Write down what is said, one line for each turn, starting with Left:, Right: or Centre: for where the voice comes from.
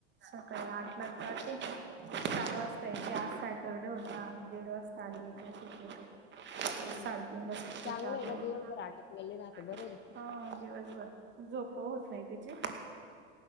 Right: सकाळी आठला जाते, सात वाजता येते. आज काय पर डे होता, दीड वाजता आली. एकला सुट्टी होते.
Left: हम्म
Right: साडेतीनला सुट्टी
Left: चांगलं
Right: होते, चारला
Left: आहे ग
Right: येते.
Left: दिवसभर अटकलेले राहते बरे
Right: हा दिवसभर, झोप होत नाही तिची.